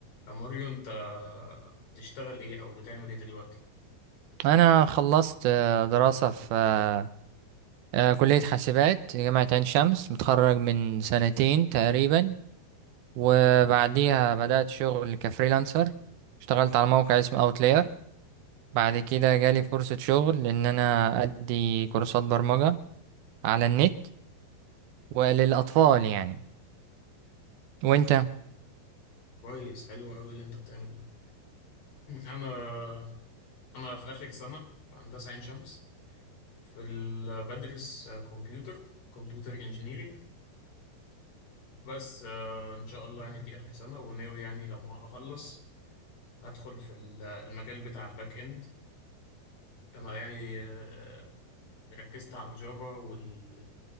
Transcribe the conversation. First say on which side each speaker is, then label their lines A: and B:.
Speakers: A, on the left (about 60°); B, on the right (about 80°).
A: يا ماريو انت بتشتغل ايه او بتعمل ايه دلوقتي
B: انا خلصت آه، دراسة في آه، آه، كلية حاسبات جامعة عين شمس متخرج من سنتين تقريبا وبعديها بدأت شغل كفريلانسر اشتغلت على موقع اسمه اوتلاير بعد كده جالي فرصة شغل ان انا ادي كورسات برمجة على النت وللاطفال يعني وانت
A: كويس حلو قوي اللي انت بتعمله ده <clears throat> انا انا في اخر سنة في هندسة عين شمس في ال... بدرس كمبيوتر كمبيوتر انجينيرينج بس آه، ان شاء الله يعني دي اخر سنة وناوي يعني لما اخلص هدخل في ال- المجال بتاع الباك اند انا يعني آه، ركزت على الجافا وال